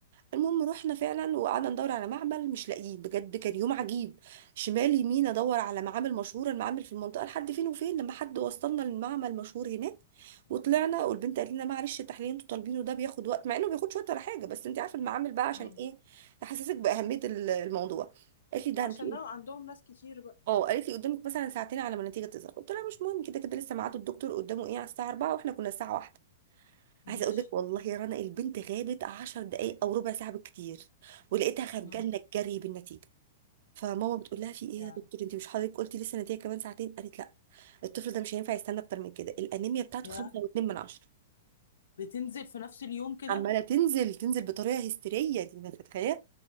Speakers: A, on the right; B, on the left.
A: المهم رحنا فعلا وقعدنا ندور على معمل مش لاقيه بجد كان يوم عجيب شمال يمين ادور على معامل مشهوره المعامل في المنطقه لحد فين وفين لما حد وصلنا للمعمل مشهور هناك وطلعنا والبنت قالت لنا معلش التحليل اللي انتوا طالبينه ده بياخد وقت مع انه بياخدش وقت ولا حاجه بس انت عارفه المعامل بقى عشان
B: مم.
A: ايه تحسسك باهميه ال- الموضوع قالت لي ده
B: وعشان
A: انت
B: لو عندهم ناس كتير بقى
A: اه قالت لي قدامك مثلا ساعتين على ما النتيجه تظهر قلت لها مش مهم كده كده لسه ميعاد الدكتور قدامه ايه على الساعه 4 واحنا كنا الساعه 1 عايزه
B: ماشي
A: اقول لك والله يا رنا البنت غابت 10 دقائق او ربع ساعه بالكتير ولقيتها خارجه
B: مم.
A: لنا الجري بالنتيجه فماما بتقول لها في ايه
B: يا
A: يا دكتور انت مش حضرتك قلتي لسه النتيجه كمان ساعتين قالت لا الطفل ده مش هينفع يستنى اكتر من كده الانيميا بتاعته
B: يا
A: 5.2 من 10
B: بتنزل في نفس اليوم كده
A: عماله تنزل تنزل بطريقه هستيريه دي انا متخيله